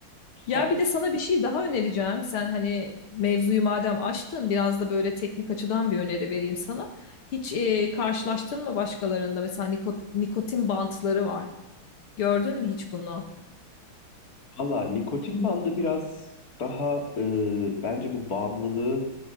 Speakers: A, on the left (about 45°); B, on the left (about 85°).
A: sak-
B: Ya bir de sana bir şey daha önereceğim. Sen hani mevzuyu madem açtın biraz da böyle teknik açıdan bir öneri vereyim sana. Hiç e, karşılaştın mı başkalarında? Mesela nikot- nikotin bantları var. Gördün mü hiç bunu?
A: Valla nikotin bandı biraz daha e, bence bu bağımlılığı